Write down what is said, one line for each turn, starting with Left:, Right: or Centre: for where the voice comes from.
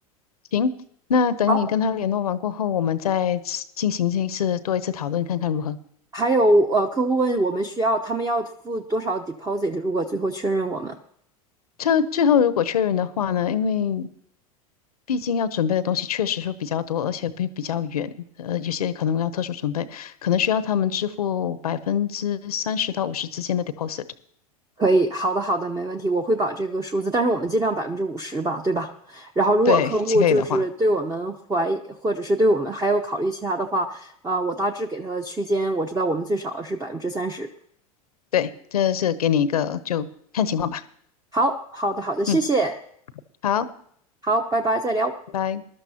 Left: 行，那等你跟他联络完过后，
Right: 好，
Left: 我们再次进行这一次多一次讨论，看看如何。
Right: 还有呃，客户问我们需要他们要付多少 deposit，如果最后确认我们。
Left: 这最后如果确认的话呢，因为毕竟要准备的东西确实是比较多，而且会比较远，呃，有些可能要特殊准备，可能需要他们支付百分之三十到五十之间的 deposit。
Right: 可以，好的，好的，没问题，我会把这个数字，但是我们尽量百分之五十吧，对吧？然后如果客户就是对我们怀疑，
Left: 对，可以的话。
Right: 或者是对我们还有考虑其他的话，啊、我大致给他的区间，我知道我们最少是百分之三十。
Left: 对，这是给你一个，就看情况吧。
Right: 好，好的，好的，谢谢，
Left: 嗯，好，
Right: 好，拜拜，再聊。
Left: 拜拜。